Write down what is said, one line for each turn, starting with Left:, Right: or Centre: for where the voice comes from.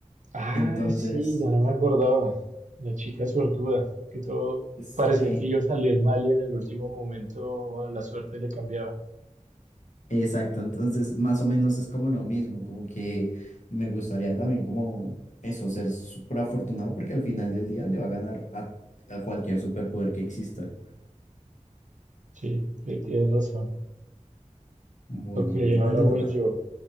Right: Ah,
Left: Entonces,
Right: sí, ya no me acordaba. La chica suertuda, que todo
Left: sí,
Right: parecía que iba a salir mal y en el último momento la suerte le cambiaba.
Left: exacto, entonces más o menos es como lo mismo, como que me gustaría también como eso, ser súper afortunado porque al final del día le va a ganar a, a cualquier superpoder que exista.
Right: Sí, sí, tienes razón.
Left: Bueno,
Right: Ok,
Left: ahora
Right: ahora
Left: te
Right: voy
Left: toca.
Right: yo.